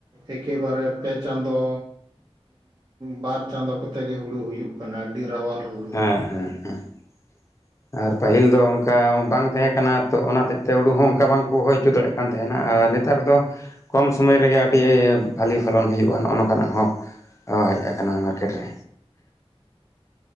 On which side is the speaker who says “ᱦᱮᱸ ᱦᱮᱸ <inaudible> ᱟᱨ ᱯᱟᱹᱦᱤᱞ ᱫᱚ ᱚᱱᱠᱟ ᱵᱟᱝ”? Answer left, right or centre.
Left